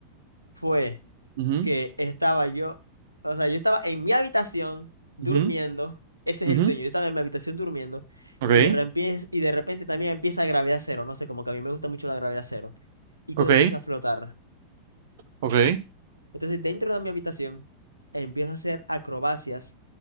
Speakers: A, on the left; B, on the right.
A: fue.
B: Ujú,
A: que estaba yo, o sea, yo estaba en mi habitación durmiendo,
B: ujú,
A: ese es
B: ujú.
A: el sueño, yo estaba en mi habitación durmiendo
B: Ok,
A: y de repente, y de repente también empieza gravedad cero, no sé, como que a mí me gusta mucho la gravedad cero y todo
B: ok,
A: empieza a flotar.
B: ok,
A: Entonces, dentro de mi habitación empiezo a hacer acrobacias,